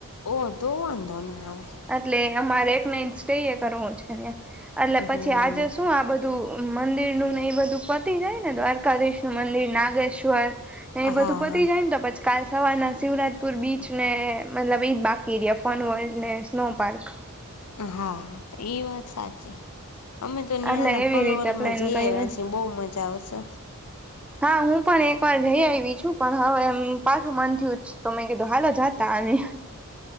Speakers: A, on the left; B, in the centre.
A: ઓ તો વાંધો ના આવે.
B: એટલે અમારે એક નાઈટ સ્ટે એ કરવું છે એટલે પછી
A: હમ
B: આજે શું આ બધું. મંદિર નું ને એ બધું પતી જાય, ને દ્વારકાધીશ નું મંદિર નાગેશ્વર. એ બધું
A: હા
B: પતી
A: હા
B: જાય ને તો પછ. કાલ સવારના શિવરાજપુર બીચ ને મતલબ એ જ બાકી રહ્યા ફોન વલ્ડ ને. Snow park.
A: હા, એ વાત સાચી. અમે તો ન્યાંના
B: એટલે એવી
A: ફન
B: રીતે
A: વર્લ્ડ
B: પ્લેન
A: માં જઈ
B: કર્યું.
A: આવ્યા છીએ બોહ મજા આવશે.
B: હા હું પણ એક. પણ જઈ આવી છું પણ હવે પાછું મન થયું તો મે કીધું કે હાલો જતા આવ્યે